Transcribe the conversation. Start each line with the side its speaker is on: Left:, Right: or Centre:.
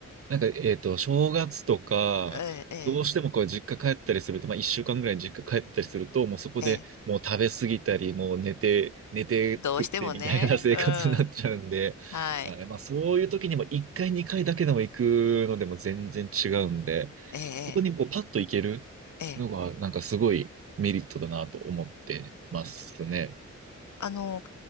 Right: なんか、えっと、正月とか、
Left: ええ、ええ、
Right: どうしてもこう実家帰ったりすると、まあ一週間ぐらい実家帰ったりすると、もうそこでもう食べ過ぎたり、
Left: ええ。
Right: もう寝て、寝て食ってみたいな生活になっちゃうんで、
Left: どうしてもね。うん。はい。
Right: あれ、まあそういう時にも一回二回だけでも行くのでも全然違うんで、
Left: ええ、
Right: そこにこうパッと行けるのが、
Left: ええ。ええ
Right: なんかすごいメリットだなと思ってますね。
Left: あの、